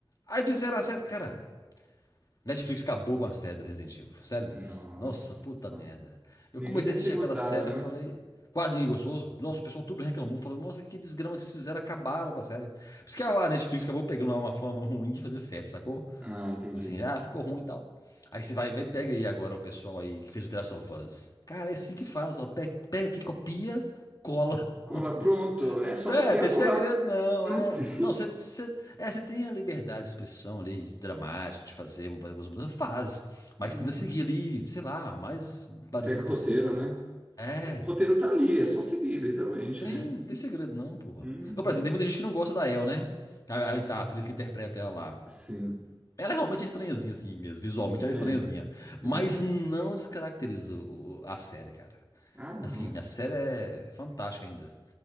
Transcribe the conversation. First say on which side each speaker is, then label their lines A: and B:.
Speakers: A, on the left (about 45°); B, on the right (about 15°).
A: Aí fizeram a série. Cara, Netflix acabou com a série do Resident Evil. Sério mesmo.
B: Nossa.
A: Nossa, puta merda. Eu
B: Ninguém
A: comecei
B: deve
A: a assistir
B: ter gostado,
A: aquela série
B: né?
A: e falei. Quase ninguém gostou. Nossa, o pessoal tudo reclamou. Falou, nossa, que desgrama que vocês fizeram. Acabaram com a série. Por isso que a Netflix acabou pegando uma fama ruim de fazer série, sacou?
B: Ah, entendi.
A: Assim, ah, ficou ruim e tal. Aí você vai, vai, pega aí agora o pessoal aí que fez o The Last of Us. Cara, é assim que faz, ó. Pega, pega aqui, copia, cola.
B: Cola,
A: <laughs>
B: pronto. É
A: Não tem,
B: só copiar
A: tem
B: e colar.
A: segredo, não.
B: Não
A: É.
B: tem.
A: Não, você, você, é, você tem a liberdade de expressão ali, de dramática, de fazer algumas mudanças. Faz. Mas
B: Uhum.
A: tenta seguir ali, sei lá, o mais parecido
B: Segue o roteiro,
A: possível.
B: né?
A: É.
B: O roteiro tá ali, é só seguir, literalmente,
A: Sem,
B: né?
A: não tem segredo, não, porra.
B: Uhum.
A: Eu, por exemplo, tem muita gente que não gosta da El, né? A, a, a atriz que interpreta ela lá.
B: Sim.
A: Ela é realmente estranhazinha, assim mesmo. Visualmente ela
B: É,
A: é estranhazinha. Mas
B: é meio estranho.
A: não descaracteriza o- o- a série, cara.
B: Ah, não.
A: Assim, a série é fantástica ainda.